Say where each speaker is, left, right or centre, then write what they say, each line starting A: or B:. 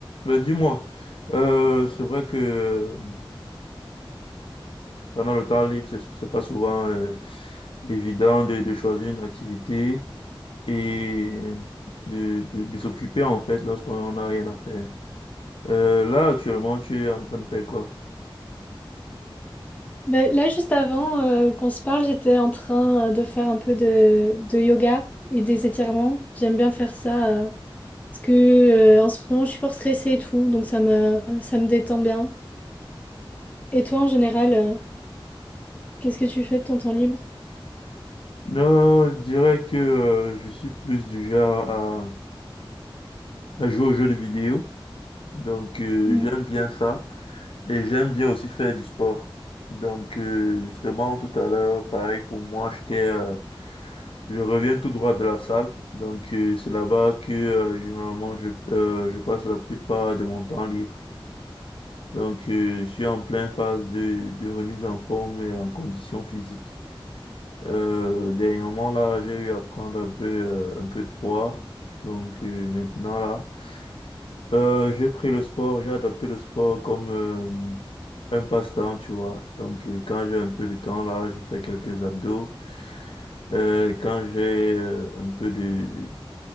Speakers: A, on the left; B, on the left.
A: Ben dis-moi, euh, c'est vrai que euh, pendant le temps libre, c'est c'est pas souvent euh, évident de, de choisir une activité et de, de, de s'occuper en fait lorsqu'on n'a rien à faire. Euh, là, actuellement, tu es en train de faire quoi?
B: Ben, là, juste avant euh, qu'on se parle, j'étais en train euh, de faire un peu de, de yoga et des étirements. J'aime bien faire ça euh, parce que euh, en ce moment, je suis fort stressée et tout, donc ça me, ça me détend bien. Et toi, en général, euh, qu'est-ce que tu fais de ton temps libre?
A: Non, je dirais que euh, je suis plus du genre à, à jouer aux jeux de vidéo. Donc, euh,
B: Mm.
A: j'aime bien ça. Et j'aime bien aussi faire du sport. Donc, euh, justement, tout à l'heure, pareil, pour moi, j'étais euh, Je reviens tout droit de la salle, donc euh, c'est là-bas que euh, généralement je, euh, je passe la plupart de mon temps libre. Donc euh, je suis en pleine phase de, de remise en forme et en condition physique. Euh, dernièrement là, j'ai eu à prendre un peu, euh, un peu de poids. Donc euh, maintenant là, euh, j'ai pris le sport, j'ai adopté le sport comme euh, un passe-temps, tu vois. Donc euh, quand j'ai un peu de temps là, je fais quelques abdos. Euh, quand j'ai euh, un peu de,